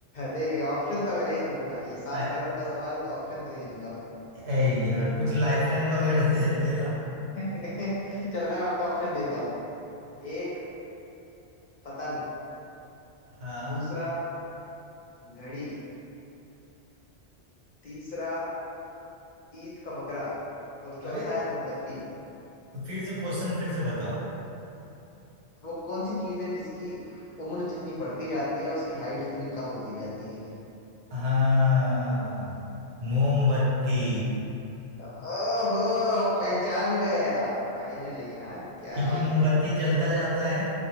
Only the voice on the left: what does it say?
नहीं नहीं ऑप्शन तो मैं नहीं दूंगा ये सात
करोड़ का सवाल है तो ऑप्शन तो नहीं दूंगा मैं
<laughs> चलो मैं आपको ऑप्शन देता हूँ एक पतंग
दूसरा घड़ी तीसरा ईद का बकरा और
चौथा है मोमबत्ती
वो कौन सी चीज है जिसकी उम्र जितनी बढ़ती जाती है उसकी हाइट उतनी कम होती जाती है
ओहो पहचान गए आप फाइनली हाँ क्या
बात
है